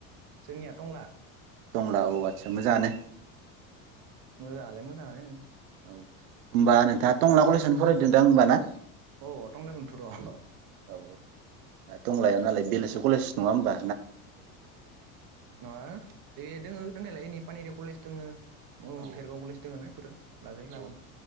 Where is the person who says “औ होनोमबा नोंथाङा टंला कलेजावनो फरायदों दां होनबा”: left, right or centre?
Right